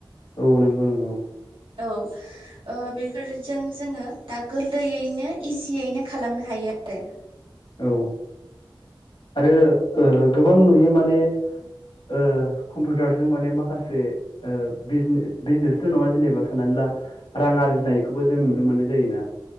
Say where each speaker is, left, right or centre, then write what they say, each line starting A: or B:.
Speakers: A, on the left (about 80°); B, on the right (about 85°).
A: औ नोंगौ नोंगौ।
B: औ ओ बेफोरजों जोङो दा गोरलैयैनो इजियैनो खालामनो हायो आरो।
A: औ आरो ओ गोबां नुयो माने ओ कम्पुतारजों माने माखासे ओ बिजने बिजनेसथ' नङा जेनेबा साननानै ला रां आर जिनायखौबो जों नुनो मोननाय जायोना।